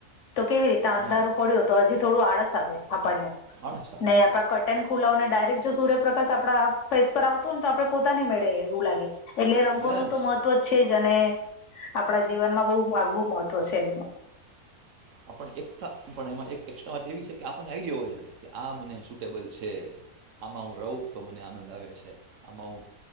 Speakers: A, on the left; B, on the right.
A: તો કેવી રીતે અંધારું
B: હમ
A: પડ્યું તો હજી થોડું આળસ આવે આપણને
B: આળસ આવે
A: નહી આપડા ખુલાને ડાયરેક્ટ જો સૂર્યપ્રકાશ આપડા ફેસ પર આવતો હોયને તો આપડે પોતાની મેળે એવું લાગે. એટલે રંગોનું
B: યસ
A: તો મહત્વ જ છે જ અને આપણા જીવનમાં બહુ આગવું મહત્વ છે એમનું.
B: આ પણ એકસ્ટ્રા પણ એમાં એક એસ્ટ્રા વાત એવી છે કે આપણને આઈડિયા હોવા જોઈએ કે આ મને સૂટેબલ છે. આમાં હું રહું તો મને આનંદ આવે છે. આમાં હું